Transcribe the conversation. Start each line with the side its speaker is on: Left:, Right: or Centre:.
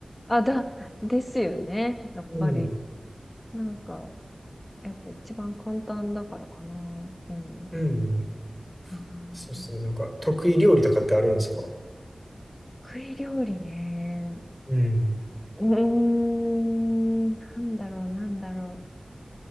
Left: あ、だ、ですよね。やっぱり。
Centre: うん。
Left: なんか、やっぱ一番簡単だからかな。うん。
Centre: うん。
Left: あー
Centre: そうそう。なんか得意料理とかってあるんですか
Left: 得意料理ね。
Centre: うん。
Left: うーん、なんだろう、なんだろ